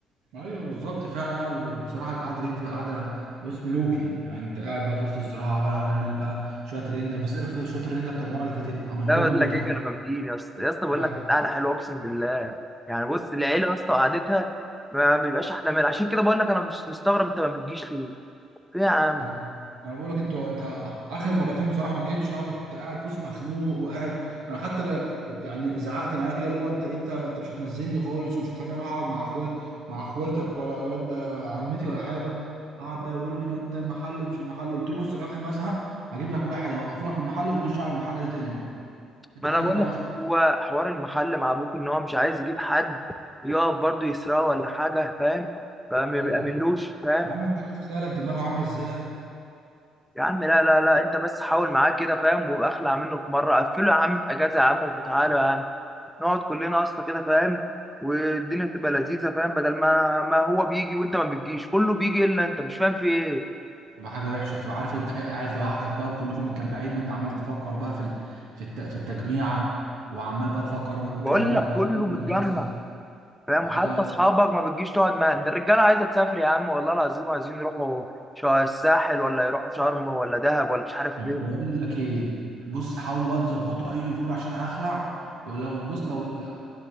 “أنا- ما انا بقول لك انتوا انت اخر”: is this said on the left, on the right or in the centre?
Right